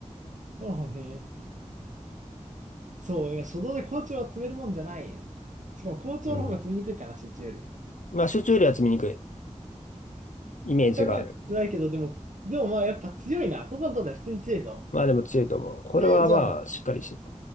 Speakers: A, on the right; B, on the left.
A: そうね。そう、いや、初動で校長は詰めるもんじゃない。しかも校長の方が詰めにくいかな、
B: うん。
A: 集中より。
B: まあ集中よりは詰めにくいイメージがある。
A: そう考えると辛いけど、でも、でもまあやっぱ強いな。ここの東西普通に強いぞ。
B: まあでも強いと思う。これはまあしっかりしてる、
A: ええじゃん。